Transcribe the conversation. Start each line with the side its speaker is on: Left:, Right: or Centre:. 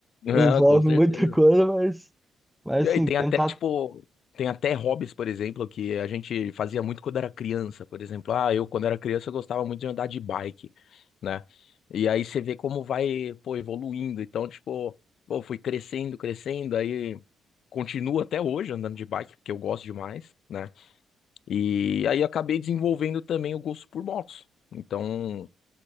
Left: Ah,
Centre: envolve
Left: com certeza.
Centre: muita coisa, mas, mas
Left: E
Centre: assim,
Left: aí tem
Centre: tentar.
Left: até, tipo, tem até hobbies, por exemplo, que a gente fazia muito quando era criança. Por exemplo, ah, eu quando era criança eu gostava muito de andar de bike, né? E aí você vê como vai, pô, evoluindo. Então, tipo, pô, fui crescendo, crescendo, aí continuo até hoje andando de bike, porque eu gosto demais, né? E aí acabei desenvolvendo também o gosto por motos. Então,